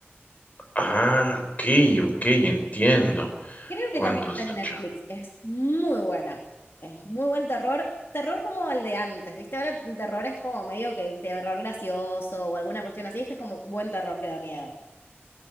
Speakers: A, on the left; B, on the left.
A: Ah, ok, ok, entiendo.
B: Creo
A: Cuando
B: que también está
A: está
B: en
A: hecho.
B: Netflix. Es muy buena. Es muy buen terror. Terror como el de antes, ¿viste? Ahora el terror es como medio que terror gracioso o alguna cuestión así. Este es como buen terror que da miedo.